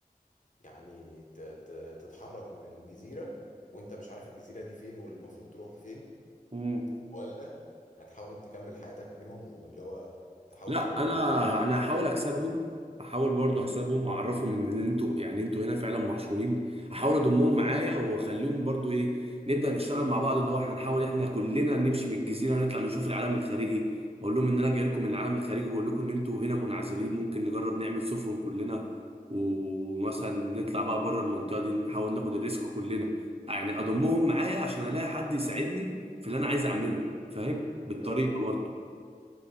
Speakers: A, on the left (about 55°); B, on the right (about 40°).
A: يعني ت... ت... تتحرك من الجزيرة وانت مش عارف الجزيرة دي فين والمفروض تروح فين
B: مم.
A: ولا هتحاول تكمل حياتك منهم واللي هو تحاول
B: لا
A: تبقى منهم
B: انا انا هحاول اكسبهم احاول برضه
A: م?
B: اكسبهم واعرفهم ان انتوا يعني انتوا هنا فعلا محشورين احاول اضمهم معايا واخليهم برضه ايه نبدا نشتغل مع بعض اللي هو احنا نحاول احنا كلنا نمشي من الجزيره ونطلع نشوف العالم الخارجي اقول لهم ان انا جاي لكم من العالم الخارجي وبقول لكم ان انتوا هنا منعزلين ممكن نجرب نعمل سفن كلنا ومثلا نطلع بقى بره المنطقه دي نحاول ناخد الريسك كلنا يعني اضمهم معايا عشان الاقي حد يساعدني في اللي انا عايز اعمله فاهم بالطريقه
A: ايوه
B: برضه